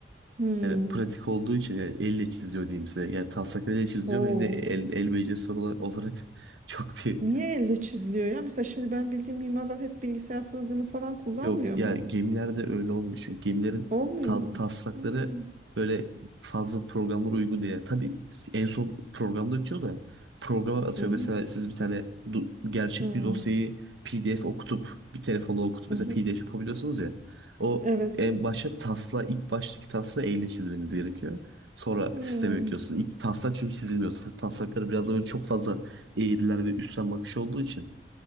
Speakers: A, on the right; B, on the right.
A: Hı.
B: Yani pratik olduğu için yani elle çiziliyor diyeyim size. Yani taslaklarıyla çiziliyor.
A: Oo.
B: Benim de el, el becerisi olarak, olarak <laughs> çok bir
A: Niye elle çiziliyor ya? Mesela şimdi ben bildiğim mimarlar hep bilgisayar programı falan kullanmıyor
B: Yok ya
A: mu?
B: gemilerde öyle olmuyor. Çünkü gemilerin
A: Olmuyor
B: ta-
A: mu?
B: taslakları
A: Hmm.
B: böyle fazla programlara uygun değil. Yani tabii en son programda bitiyor da programa atıyor.
A: Hı hı.
B: Mesela siz bir tane du- gerçek
A: Hı hı.
B: bir dosyayı PDF okutup bir telefonla okutup
A: hı.
B: mesela PDF yapabiliyorsunuz ya. O
A: Evet.
B: en başta tasla ilk baştaki tasla elle çizmeniz gerekiyor. Sonra
A: Hı.
B: sisteme yüklüyorsunuz. İlk taslak çünkü çizilmiyor. Tas- Taslakları biraz da böyle çok fazla eğriler ve üstten bakış olduğu için